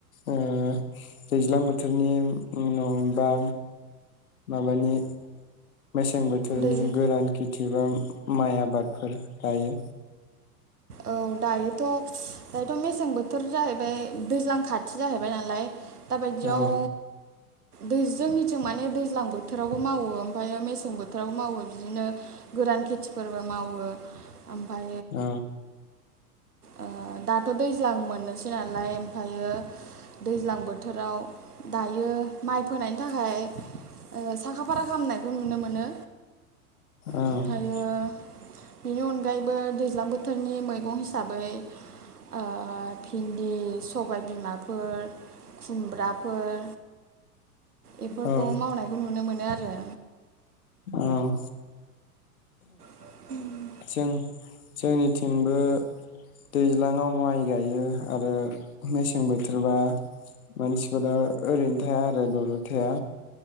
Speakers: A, on the left (about 65°); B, on the right (about 75°).
A: ओ दैज्लां बोथोरनि उनाव दा माबानि मेसें बोथोरनि
B: दै
A: गोरान खेथि बा माइ आबाद फोर गायो
B: औ दायोथ' दायोथ' मेसें बोथोर जाहैबाय दैज्लां खाथि जाहैबाय नालाय दाबायदियाव
A: औ
B: दै जोंनिथिं माने दैज्लां बोथोरावबो मावो ओमफ्रायो मेसें बोथोरावबो मावो बिदिनो गोरान खेथिफोरबो मावो ओमफाय
A: ओ
B: ओ दाथ' दैज्लां मोननोसै नालाय ओमफ्रायो दैज्लां बोथोराव दायो माइ फोनायनि थाखाय ओ साखा फारा खालामनायखौ नुनो मोनो।
A: औ
B: ओमफायो बेनि अनगायैबो दैज्लां बोथोरनि मैगं हिसा बै ओ भिन्दि, सबाय, बिमाफोर खुमब्राफोर बेफोरखौ
A: औ
B: मावनायखौ नुनो मोनो आर रो
A: औ
B: <inaudible>
A: जों जोंनिथिंबो दैज्लाङाव माइ गायो आरो मेसें बोथोरबा मानसिफोरा ओरैनो थाया आरो दलद थाया